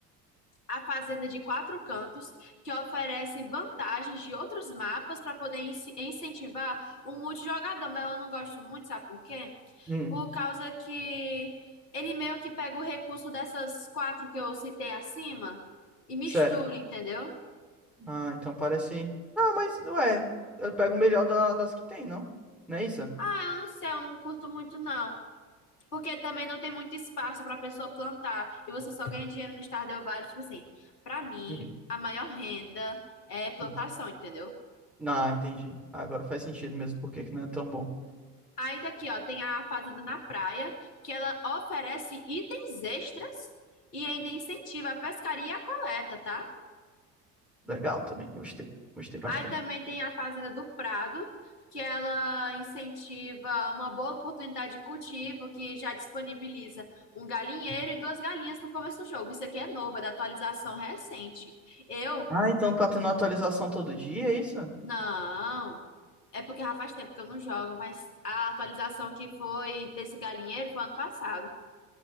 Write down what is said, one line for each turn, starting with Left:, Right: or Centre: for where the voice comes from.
Left: A fazenda de quatro cantos, que oferece vantagens de outros mapas para poder inci- incentivar o multijogador. Mas eu não gosto muito, sabe por quê?
Centre: Hum,
Left: por causa que ele meio que pega o recurso dessas quatro que eu citei acima e mistura,
Centre: certo.
Left: entendeu?
Centre: Ah, então parece. Ah, mas, ué, eu pego o melhor da- das que tem, não? Não é isso?
Left: Ah, eu não sei, eu não curto muito não. Porque também não tem muito espaço para a pessoa plantar e você só ganha dinheiro no Stardew Valley, tipo assim, para mim
Centre: Hum,
Left: a maior renda é plantação,
Centre: hum.
Left: entendeu?
Centre: Ah, entendi. Agora faz sentido mesmo porque que não é tão bom.
Left: Aí daqui, ó, tem a fazenda na praia, que ela oferece itens extras e ainda incentiva a pescaria e a coleta, tá?
Centre: Legal também, gostei. Gostei bastante.
Left: Aí também tem a Fazenda do Prado, que ela incentiva uma boa oportunidade de cultivo, que já disponibiliza um galinheiro e duas galinhas no começo do jogo. Isso aqui é novo, é da atualização recente. Eu,
Centre: Ah, então tá tendo atualização todo dia, é isso?
Left: não. É porque já faz tempo que eu não jogo, mas a atualização que foi desse galinheiro foi ano passado.